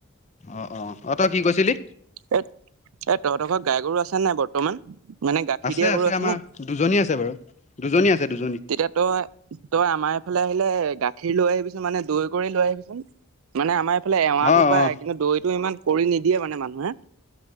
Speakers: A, on the left; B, on the right.
A: অ অ অ তই কি কৈছিলি?
B: এ এ তহঁ তখৰত গাই গৰু আছে নাই বৰ্তমান? মানে গাখীৰ
A: আছে
B: দিয়া
A: আছে
B: গৰু
A: আমাৰ
B: নে
A: দুজনী আছে বাৰু দুজনী আছে দুজন।
B: তেতিয়া তই তই আমাৰ এইফালে আহিলে। গাখীৰ লৈ আহিবিচোন মানে দৈ কৰি লৈ আহিবিচোন মানে আমাৰ এইফালে এৱাটো
A: অ',
B: পায়
A: অ',
B: কিন্তু দৈতটো ইমান কৰি নিদিয়ে মানে মানুহে।